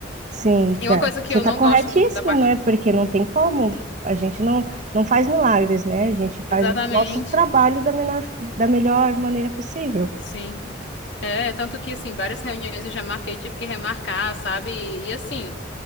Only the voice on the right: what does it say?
sim,
tá.
Você
tá
corretíssima,
né? Porque não tem como,
a gente não, não faz milagres, né? A gente faz
o nosso trabalho da menor, da melhor maneira possível.